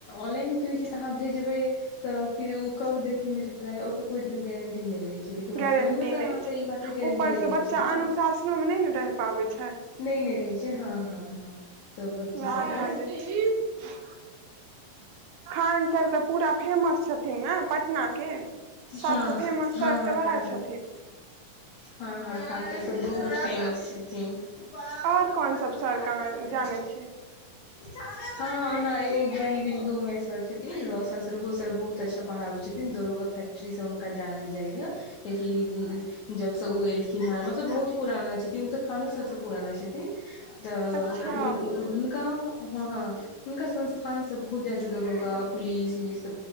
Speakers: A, on the left; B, on the right.
A: ऑनलाइनमे की होइ छैय तऽ अहाँ भेजबै तऽ फेर ओ कब देथिन रिप्लाइ ओकर कोइ गेरं लेकिन ऑफलाइनमे
B: गारंटी
A: अहांके
B: नहि छै
A: ई बात के गारेंटी
B: ऊपरसँ
A: रहै
B: बच्चा
A: छै न
B: अनुशासनोमे नहि ने रहि पाबै छै
A: नहि नहि रहै छै हँ हँ हँ तऽ बच्चा
B: वेहा
A: सबके
B: भ' जाय छै खान सर तऽ पूरा फेमस छथिन ने पटनाके सबसं
A: हँ
B: फेमस
A: हँ
B: सर
A: हँ
B: तऽ वएह
A: खान सर
B: छथिन
A: हँ हँ खान सर तऽ बहुत फेमस छथिन बड़ा लेबल
B: और कोन
A: व्यवस्था
B: सब सर के
A: करिहें
B: जानै छियै
A: की खानेमे हं नाहि ए ज्ञान बिन्दुमे सर छथिन रौशन सर बहुत अच्छा पढ़ाबै छथिन दरोगा फै् ट्री सं हुनका जानल छै किया कि जबसे ऊ एलखिन हन मतलब बहुत पुराना छथिन ऊ तो खानों सर से कमाय छथिन तऽ
B: अच्छा
A: उ उ हुंनका हँ हँ हुनका संस्थान से बहुत जा्यदा दरोगा पुलिस उलिस